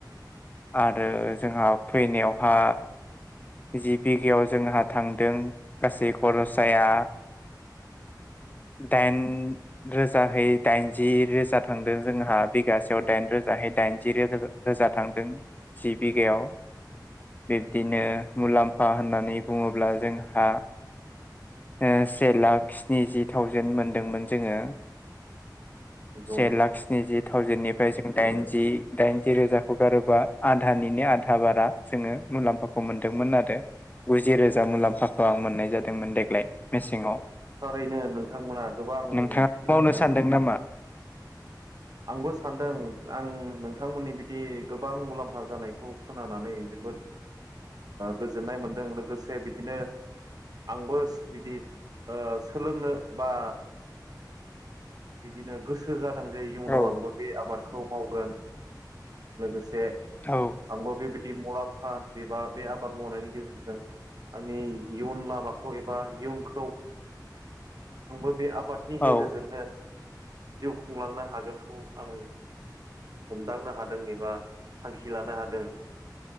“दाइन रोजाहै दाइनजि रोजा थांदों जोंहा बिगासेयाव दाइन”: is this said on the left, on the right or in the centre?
Left